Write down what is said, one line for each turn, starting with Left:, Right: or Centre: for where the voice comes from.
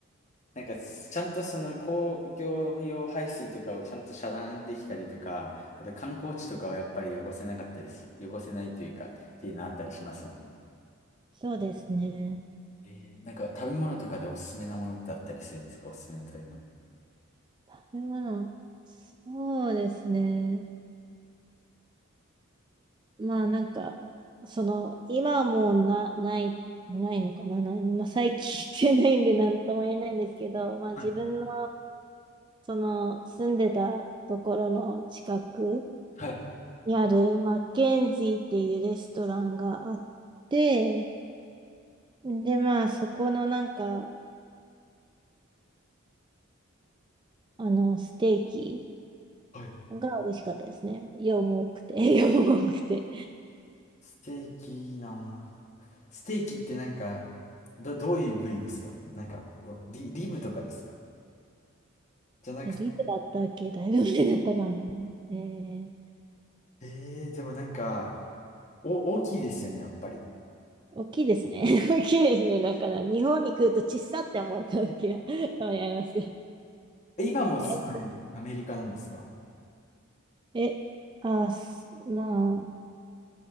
Left: なんか、ちゃんとその工業用排水とかをちゃんと遮断できたりとか、あと観光地とかはやっぱり汚せなかったりす、汚せないというか、っていうのあったりしますもんね。
Right: そうですね。
Left: えー、なんか食べ物とかでおすすめなものってあったりするんですかおすすめの食べ物。
Right: 食べ物。そうですね。まあなんか、その、今はもうな、ない、ないのかな、ない、まあ、最近してないんで何とも言えないんですけど、<laughs> まあ自分の、
Left: はい
Right: その、住んでたところの近く
Left: はい
Right: にある、マッケンジーっていうレストランがあって、でまあそこのなんか、あの、ステーキ
Left: はい
Right: が美味しかったですね。量も多くて、<laughs> 量も多くて。
Left: ステーキいいなぁ。ステーキってなんか、ど、どういう部位ですかなんか、おリ、リブとかですかじゃなく
Right: で、リブだったっけだいぶ前だったかな。え
Left: ええでもなんか、お、大きいですよね、やっぱり。
Right: 大きいですね。<laughs> 大きいですね。だから、日本に来ると小さって思った時は <laughs> たまにありますけど
Left: え今も住まい、
Right: ね。
Left: アメリカなんですか
Right: え、え、あ、すま